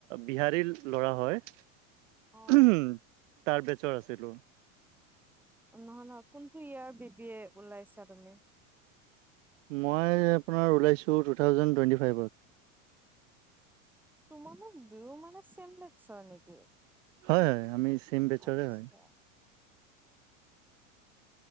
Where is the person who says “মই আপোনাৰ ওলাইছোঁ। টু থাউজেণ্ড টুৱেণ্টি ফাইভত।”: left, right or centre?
Right